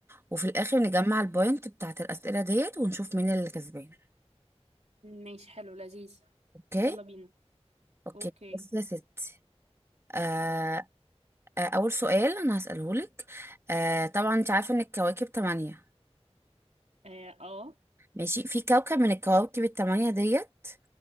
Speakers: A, on the right; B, on the right.
A: وفي الاخر نجمع البوينت بتاعت الأسئلة ديت ونشوف مين اللي كسبان
B: ماشي حلو لذيذ
A: اوكي
B: يلا بينا
A: اوكي
B: اوكي
A: بصي يا ستي آه آه اول سؤال انا هسأله لك آه طبعا انت عارفة ان الكواكب تمانية
B: اه آه.
A: ماشي في كوكب من الكواكب التمانية ديت